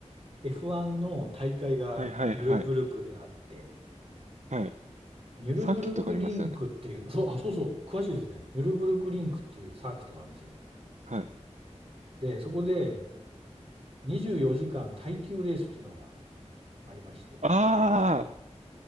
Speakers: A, on the right (about 55°); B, on the right (about 75°).
A: F1 の大会がニュルブルクであって、
B: はいはいはい。はい。
A: ニュルブルクリンクっていう、
B: サーキットがありますよね。
A: そう、あ、そうそう、詳しいですね。ニュルブルクリンクっていうサーキットがあるんですよ。
B: はい。
A: で、そこで24時間耐久レースっていうのがありまして。
B: ああ、